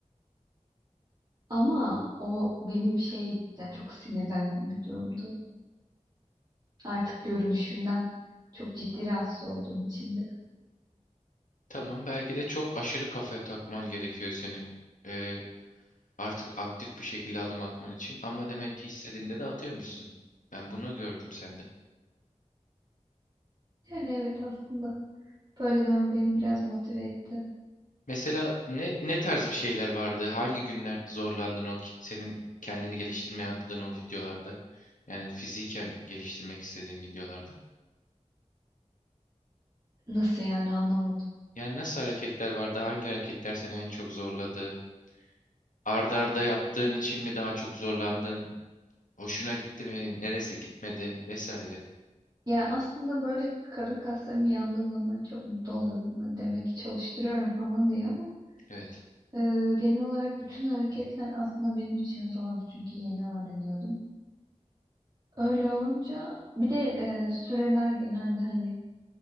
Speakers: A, on the right; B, on the left.
A: Ama o benim şey yani çok sinirlendiğim bir durumdu. Artık görünüşümden çok ciddi rahatsız olduğum için de.
B: Tamam belki de çok aşırı kafaya takman gerekiyor senin e, Artık aktif bir şekilde adım atman için ama demek ki istediğinde de atıyormuşsun. Ben bunu gördüm sende.
A: Yani evet aslında böyle devam beni biraz motive etti.
B: Mesela ne ne tarz bir şeyler vardı? Hangi günler zorlandın o ki- senin kendini geliştirmeye adadığın o videolarda? Yani fiziken geliştirmek istediğin videolarda.
A: Nasıl yani anlamadım.
B: Yani nasıl hareketler vardı? Hangi hareketler seni en çok zorladı? Arda arda yaptığın için mi daha çok zorlandın? Hoşuna gitti mi? Neresi gitmedi? Vesaire.
A: Ya aslında böyle karın kaslarım yandığı zaman çok mutlu oluyordum. Ben demek ki çalıştırıyorum falan diye ama
B: Evet.
A: e, genel olarak bütün hareketler aslında benim için zordu çünkü yeni öğreniyordum. Öyle olunca bir de e, süreler genelde hani